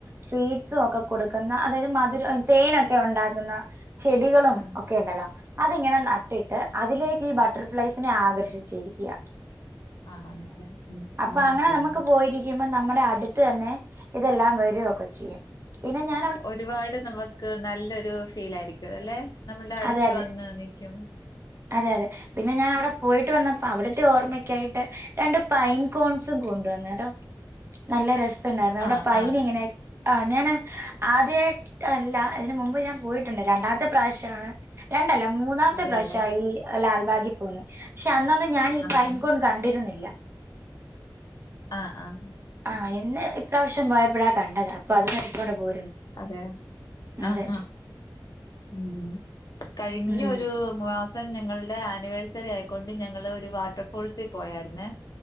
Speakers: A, on the right (about 30°); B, on the left (about 55°).
A: സ്വീറ്റ്സു ഒക്കെ കൊടുക്കുന്ന അതായത് മധുര തേനൊക്കെ ഉണ്ടാക്കുന്ന. ചെടികളും
B: ആഹ്
A: ഒക്കെയുണ്ടല്ലോ. അതിങ്ങനെ നട്ടിട്ട് അതിലേക്ക് ഈ ബട്ടർഫ്ലൈസിനെ ആകർഷിച്ചിരിക്കുക.
B: ആണല്ലേ ഉം.
A: അപ്പ
B: മനസ്സിലായി
A: അങ്ങനെ നമുക്ക്
B: മന
A: പോയിരി ക്ക്യുമ്പ നമ്മുടെ അടുത്ത് തന്നെ ഇതെല്ലാം വരൊക്കെ ചെയ്യും പിന്നെ ഞാന
B: ഒരുപാട് നമുക്ക് നല്ലൊരു ഫീലായിരിക്കും അല്ലെ നമ്മൾടെ അടുത്ത്
A: അതെ അതെ
B: വന്ന് നിക്കും.
A: അതെ അതെ പിന്നെ ഞാൻ അവിടെ പോയിട്ട് വന്നപ്പോ അവിടുത്തെ ഓർമ്മക്കായിട്ട് രണ്ട് പൈൻ. കോൺസും കൊണ്ടുവന്ന് കെട്ടോ നല്ല രസണ്ടായിരുന്നു അവിടെ
B: ആഹ്
A: പൈന്ങ്ങനെ.
B: ആഹ്
A: ആഹ് ഞാന് ആദ്യായിട്ട് അല്ല അതിന് മുമ്പ് ഞാൻ പോയിട്ടുണ്ട് രണ്ടാമത്തെ പ്രാവശ്യമാണ്. രണ്ടല്ല മൂന്നാമത്തെ
B: അതെയല്ലേ
A: പ്രാവശ്യ ഈ ലാൽബാഗി പോകുന്നത് പക്ഷെ അന്നൊന്ന് ഞാൻ ഈ
B: ആഹ്
A: പൈൻ കൊ കണ്ടിരുന്നില്ല.
B: ആഹ് ആഹ്.
A: ആഹ് ഇന്ന് ഇത്യാവശ്യം പോയപ്പഴാ കണ്ടത് അപ്പൊ അത് എടുത്തൊണ്ട് പോരുന്നു.
B: അതെയൊ
A: അതെ
B: ആഹ് ആഹ് ഉം കഴിഞ്ഞൊരു.
A: ഉം
B: മാസം ഞങ്ങൾടെ ആനിവേഴ്സറി ആയിക്കൊണ്ട് ഞങ്ങള് ഒരു വാട്ടർഫോൾസിൽ പോയായിരുന്നെ.